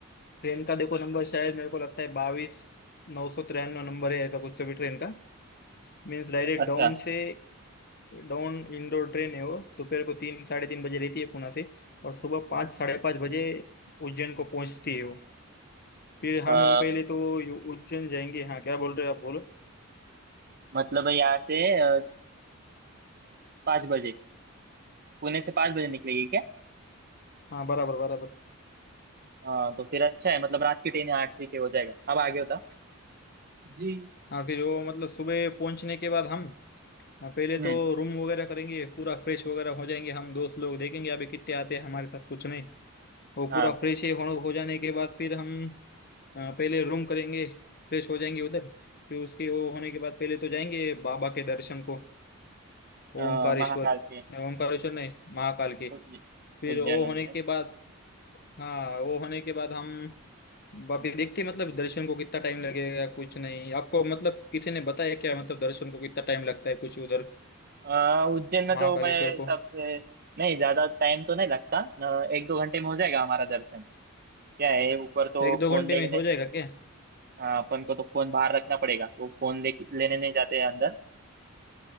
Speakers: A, on the left (about 50°); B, on the right (about 45°).
A: ट्रेन का देखो नंबर शायद मेरे को लगता है बाईस नौ सौ तिरानवे नंबर है ऐसा कुछ तो भी ट्रेन का मीन्स डायरेक्ट
B: अच्छा
A: डाउन से डाउन इंडोर ट्रेन है वो दोपहर को तीन साढ़े तीन बजे रहती है पुणे से और सुबह पाँच साढ़े पाँच बजे उज्जैन को पहुंचती है वो फिर
B: अ,
A: हम पहले तो यू- उज्जैन जाएंगे हाँ क्या बोल रहे हो आप बोलो
B: मतलब यहाँ से आ, पाँच बजे पुणे से पाँच बजे निकलेगी क्या
A: हाँ बराबर बराबर
B: अ, तो फिर अच्छा है मतलब रात की ट्रेन यहाँ ठीक है हो जाएगा अब आगे होता जी
A: हाँ फिर वो मतलब सुबह पहुंचने के बाद हम हाँ पहले
B: हम्म
A: तो रूम वगैरह करेंगे पूरा फ्रेश वगैरह हो जाएंगे हम दोस्त लोग देखेंगे अभी कितने आते हैं हमारे पास कुछ नहीं वो
B: हाँ
A: पूरा फ्रेश हो हो जाने के बाद फिर हम अ, पहले रूम करेंगे फ्रेश हो जाएंगे उधर फिर उसके वो होने के बाद पहले तो जाएंगे बाबा के दर्शन को
B: अ,
A: ओमकारेश्वर
B: महाकाल के
A: नहीं ओमकारेश्वर नहीं महाकाल के
B: उज्ज-
A: फिर
B: उज्जैन
A: वो होने
B: उज्जैन
A: के बाद हाँ वो होने के बाद हम वापिस देखते हैं, मतलब दर्शन को कितना टाइम लगेगा कुछ नहीं आपको मतलब किसी ने बताया क्या मतलब दर्शन को कितना टाइम लगता है कुछ उधर
B: अ, उज्जैन में
A: महाकालेश्वर
B: तो मैं सबसे
A: को
B: नहीं ज्यादा टाइम तो नहीं लगता अ, एक दो घंटे में हो जाएगा हमारा दर्शन क्या है ऊपर तो
A: एक दो
B: फोन
A: घंटे
B: लेने
A: में हो जाएगा क्या
B: अ, अपन को तो फोन बाहर रखना पड़ेगा वो फोन ले लेने नहीं जाते हैं अंदर